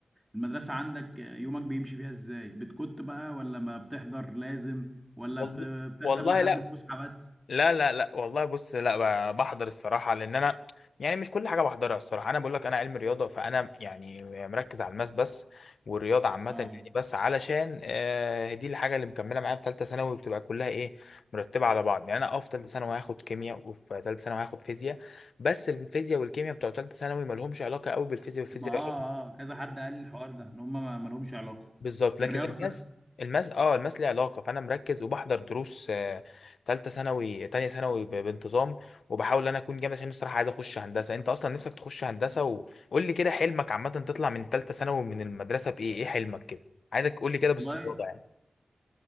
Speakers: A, in the centre; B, on the left.
A: المدرسة عندك يومك بيمشي فيها ازاي بتكت بقى ولا ما بتحضر لازم ولا
B: والله
A: بت- بتحضر
B: والله
A: لحد
B: لا
A: الفسحة بس
B: لا لا لا والله بص لا ب- بحضر الصراحة لأن أنا يعني مش كل حاجة بحضرها الصراحة أنا بقول لك أنا علم رياضة فأنا يعني مركز على الماس بس والرياضة عامة
A: اه
B: يعني بس علشان آه دي الحاجة اللي مكملة معايا في تالتة ثانوي بتبقى كلها إيه مرتبة على بعض يعني أنا أه في تالتة ثانوي هاخد كيمياء وفي تالتة ثانوي هاخد فيزياء بس الفيزياء والكيمياء بتوع تالتة ثانوي مالهمش علاقة قوي بالفيزياء والفيزياء
A: ما اه اه كذا حد قال لي الحوار ده ان هم ما ما لهمش علاقة
B: بالظبط لكن
A: الرياضة
B: الماس
A: بس
B: الماس اه الماس ليه علاقه فانا مركز وبحضر دروس آه، تالتة ثانوي تانية ثانوي ب- بانتظام وبحاول ان انا اكون جامد عشان الصراحه عايز اخش هندسه انت اصلا نفسك تخش هندسه وقول لي كده حلمك عامه تطلع من تالتة ثانوي من المدرسه بايه ايه حلمك كده عايزك تقول لي كده
A: والله
B: باستفاضه يعني